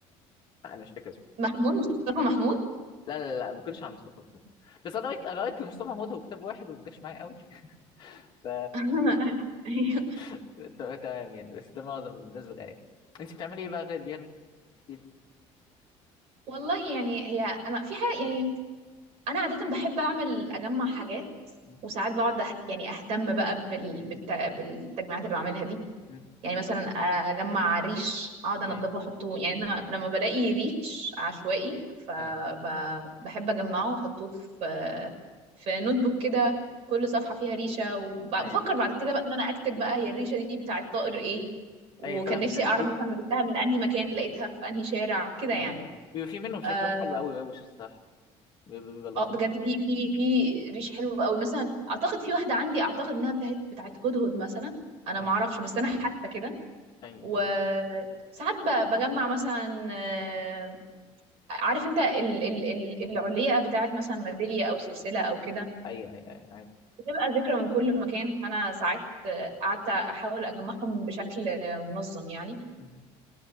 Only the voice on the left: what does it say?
انا مش فاكر اسمه
لا لا لا ما كنتش عن مصطفى محمود بس انا قريت انا قريت لمصطفى محمود هو كتاب واحد وما جاش معايا قوي <laughs> ف
ت- تمام يعني بس ده معظم الناس بالآية انت بتعملي ايه بقى غير البيانو احكي لي
م-
م-
ايوه
ايوه
ايوه
ايوه فاهمك
ايوه
بيب-
ايوه أيوة. بيبقى في منهم
شكلهم حلو قوي وش الصراحه بيبقى بيبقى لطيف
ايوه
ايوه
ايوه ايوه ايوه
مهم.